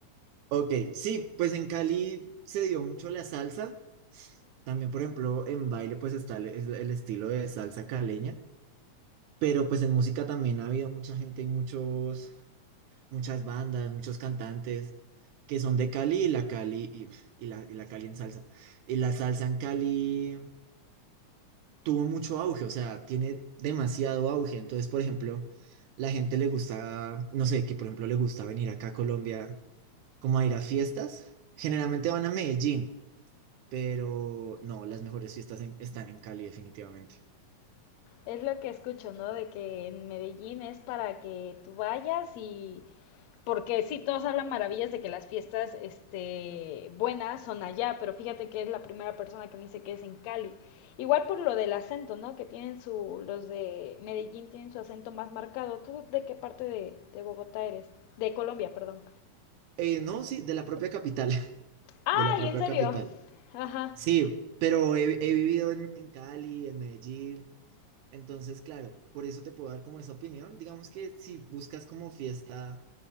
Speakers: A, on the right; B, on the left.
A: Ok, sí, pues en Cali se dio mucho la salsa. También, por ejemplo, en baile pues está el, es el estilo de salsa caleña. Pero pues en música también ha habido mucha gente y muchos, muchas bandas, muchos cantantes que son de Cali y la Cali y, y la, y la Cali en salsa. Y la salsa en Cali. tuvo mucho auge, o sea, tiene demasiado auge. Entonces, por ejemplo, la gente le gusta, no sé, que por ejemplo le gusta venir acá a Colombia como a ir a fiestas. Generalmente van a Medellín, pero no, las mejores fiestas en- están en Cali definitivamente.
B: Es lo que escucho, ¿no? De que en Medellín es para que tú vayas y... Porque sí, todos hablan maravillas de que las fiestas, este, buenas son allá, pero fíjate que es la primera persona que me dice que es en Cali. Igual por lo del acento, ¿no? Que tienen su, los de Medellín tienen su acento más marcado. ¿Tú de qué parte de, de Bogotá eres? De Colombia, perdón.
A: Eh, no, sí, de la propia capital, <laughs>
B: ¡Ay,
A: de la propia
B: en serio!
A: capital.
B: Ajá,
A: Sí, pero he, he vivido en, en Cali, en Medellín. Entonces, claro, por eso te puedo dar como esa opinión. Digamos que si buscas como fiesta